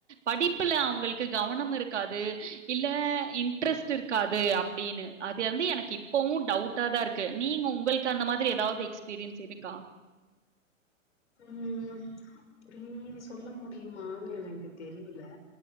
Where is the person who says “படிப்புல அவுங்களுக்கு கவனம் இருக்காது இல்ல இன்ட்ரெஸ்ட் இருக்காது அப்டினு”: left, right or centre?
Right